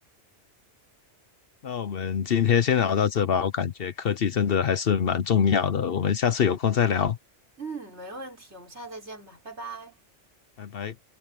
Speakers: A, on the left; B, on the right.
A: 那我们今天先聊到这吧，我感觉科技真的还是蛮重要的，我们下次有空再聊，
B: 嗯，没问题，我们下次再见吧，拜拜。
A: 拜拜。